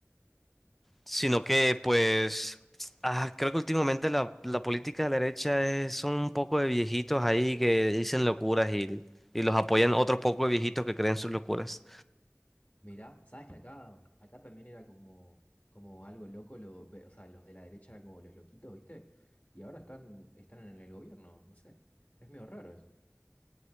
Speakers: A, in the centre; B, on the left.
A: sino que pues ah, creo que últimamente la, la política de la derecha es, son un poco de viejitos ahí que dicen locuras y, y los apoyan otros pocos de viejitos que creen sus locuras.
B: Mirá, sabes que acá, acá también era como, como algo loco, lo, ve- o sea, los de la derecha eran como los loquitos, ¿viste? Y ahora están, están en el gobierno, no sé. Es medio raro eso.